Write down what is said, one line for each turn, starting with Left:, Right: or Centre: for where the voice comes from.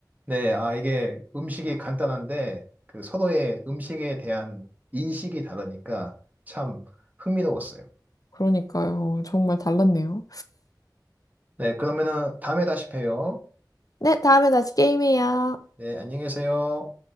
Right: 네, 아, 이게 음식이 간단한데 그 서로의 음식에 대한 인식이 다르니까 참 흥미로웠어요.
Left: 그러니까요. 정말 달랐네요.
Right: 네, 그러면은 다음에 다시 봬요.
Left: 네, 다음에 다시 게임해요.
Right: 네, 안녕히 계세요.